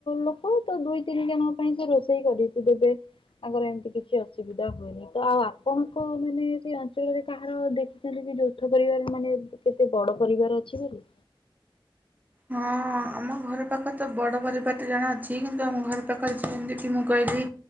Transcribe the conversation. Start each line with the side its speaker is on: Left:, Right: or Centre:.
Left: ଲୋକ ତ ଦୁଇତିନି ଜଣଙ୍କ ପାଇଁ ସେ ରୋଷେଇ କରିକି ଦେବେ ତାଙ୍କର ଏମିତି କିଛି ଅସୁବିଧା ହୁଏନି ତ ଆଉ ଆପଣଙ୍କ ମାନେ ସେଇ ଅଞ୍ଚଳରେ କାହାର ଦେଖିଛନ୍ତି କି ଯୌଥ ପରିବାର ମାନେ କେତେ ବଡ ପରିବାର ଅଛି ବୋଲି?
Right: ହଁ ଆମ ଘର ପାଖରେ ତ ବଡ଼ ପରିବାର ଜଣେ ଅଛି କିନ୍ତୁ ଆମ ଘର ପାଖରେ ଯେମିତି ମୁଁ କହିଲି